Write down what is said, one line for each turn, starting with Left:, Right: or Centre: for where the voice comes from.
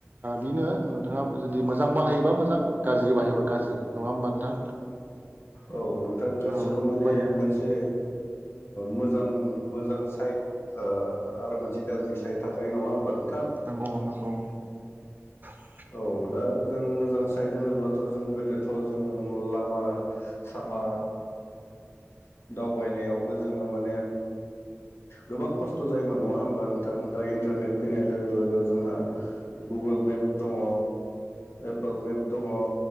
Right: बेनो नोंथाङा जुदि मोजां बाहायोबा मोजां गाज्रि बाहायबा गाज्रि नङा होमबा नोंथां
Left: औ नोंथां गासिबो
Right: औ
Left: माने
Right: बेबायदिनो
Left: मोनसे मोजां मोजां साइद आरो मोनसे गाज्रि साइद थाख नङा होमबा नोंथां?
Right: नंगौ नंगौ <inaudible>
Left: औ दा जों मोजां साइद होनोब्लाथ' जों गोदोथ' जों लामा सामा दावबायनायावबो जोङो माने गोबां खस्थ' जायोमोन नङा होमबा नोंथां दा इन्टारनेट फैनाय लोगो लोगो जोंहा गुगोल मेप दङ एप्पोल मेप दङ